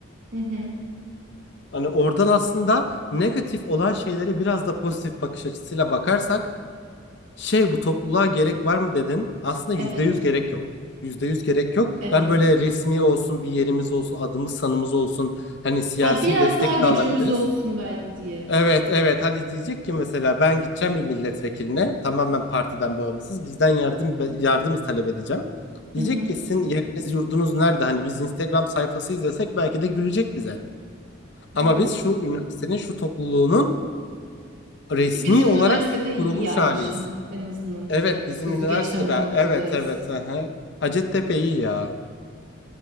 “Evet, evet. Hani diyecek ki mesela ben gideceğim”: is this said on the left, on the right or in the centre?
Left